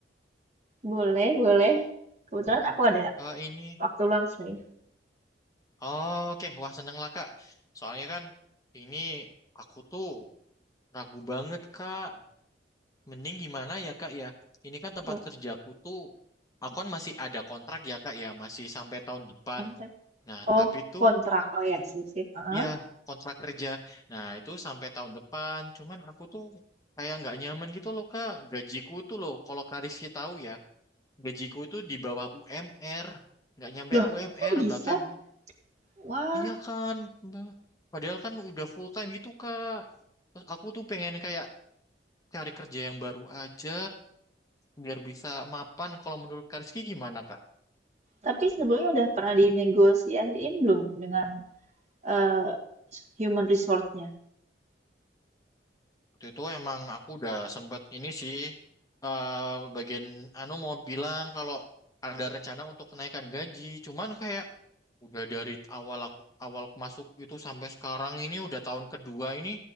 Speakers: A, on the right (about 40°); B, on the left (about 20°).
A: Boleh, boleh. Kebetulan aku ada
B: Ah, ini.
A: waktu luang sih.
B: Oh, oke, Wah seneng lah Kak. Soalnya kan ini aku tuh ragu banget Kak. Mending gimana ya Kak ya? Ini kan tempat
A: Loh,
B: kerjaku tuh, aku kan masih ada kontrak ya Kak ya, masih sampai tahun depan.
A: kontak.
B: Nah,
A: Oh,
B: tapi tuh
A: kontrak. Oh ya, sip, sip. Heeh.
B: ya kontrak kerja. Nah, itu sampai tahun depan. Cuman aku tuh kayak nggak nyaman gitu loh Kak. Gajiku tuh loh, kalau Kak Rizky tahu ya, gajiku itu di bawah UMR. Nggak nyampe
A: Loh,
B: UMR
A: kok bisa?
B: bahkan
A: Wah,
B: Iya kan, Mbak. padahal kan udah full time gitu Kak. Terus Aku tuh pengen kayak cari kerja yang baru aja biar bisa mapan. Kalau menurut Kak Rizky gimana Kak?
A: tapi sebelumnya udah pernah dinegosiasiin belum dengan eh, human resource-nya.
B: Waktu itu emang aku udah sempet ini sih eh bagian anu mau bilang kalau ada rencana untuk kenaikan gaji. Cuman kayak udah dari awal aku awal aku masuk itu sampai sekarang ini udah tahun kedua ini